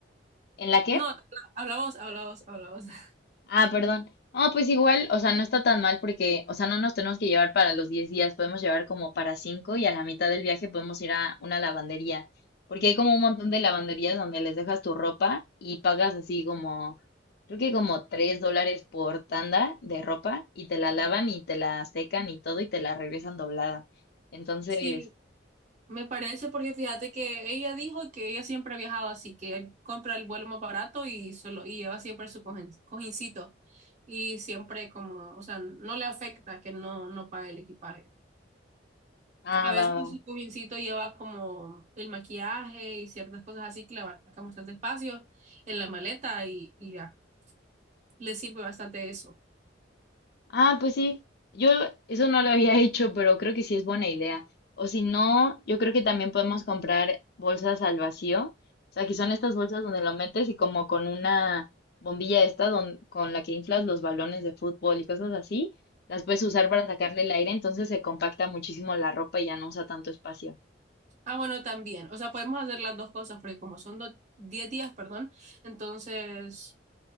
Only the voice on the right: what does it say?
No, habla vos, habla vos, habla vos. <laughs>
Sí, me parece porque fíjate que ella dijo que ella siempre ha viajado así, que compra el vuelo más barato y, solo, y lleva siempre su cojín- cojincito. Y siempre como, o sea, no le afecta que no, no pague el equipaje.
A veces
el cojincito lleva como el maquillaje y ciertas cosas así que le abarcan bastante espacio en la maleta y, y ya, le sirve bastante eso.
Ah, bueno, también, o sea, podemos hacer las dos cosas porque como son do- 10 días, perdón, entonces,